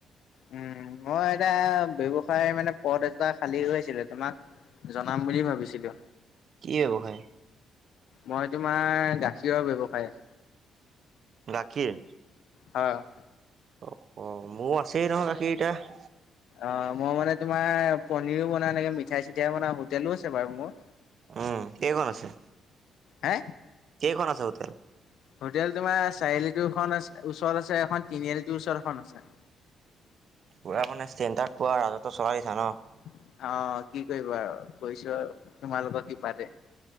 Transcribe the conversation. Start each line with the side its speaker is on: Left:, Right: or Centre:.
Left: উম মই এতিয়া ব্যৱসায় মানে পদ এটা খালী হৈ আছিলে তোমাক জনাম বুলি ভাবিছিলো
Right: কি ব্যৱসায়
Left: মই তোমাৰ গাখীৰৰ ব্যৱসায়
Right: গাখীৰ
Left: অ'।
Right: অ', অ', মোৰ আছেই নহয় গাখীৰ এতিয়া।
Left: অ', মই মানে তোমাৰ পনীৰো বনাও, মিঠাই চিঠাই বনাও, হোটেলো আছে বাৰু মোৰ।
Right: উম কেইখন আছে,
Left: হে
Right: কেইখন আছে হোটেল?
Left: হোটেল তোমাৰ চাৰিআলিটোৰ ওচৰত আছে এখন, তিনিআলিটোৰ ওচৰত এখন আছে।
Right: পুৰা মানে চেন্টাৰত পুৰা ৰাজত্ব চলাই দিছা ন'।
Left: অ', কি কৰিবা আৰু কৈছোঁ আৰু তোমালোকৰ কৃপাতে।